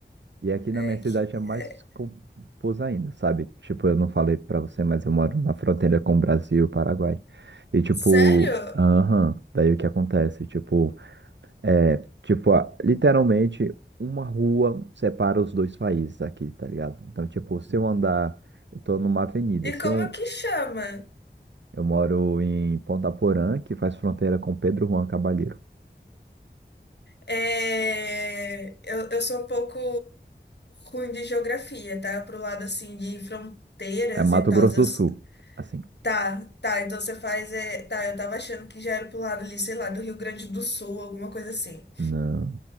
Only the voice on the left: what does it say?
É
que. é-
Sério?
E
como
é que chama?
É, Eu, eu sou um pouco ruim de geografia, tá? Pro lado assim de fronteiras
e tal.
Eu...
s-
Tá, tá, então você faz. É... Tá, eu tava achando que já era pro lado ali, sei lá, do Rio Grande do Sul, alguma coisa assim.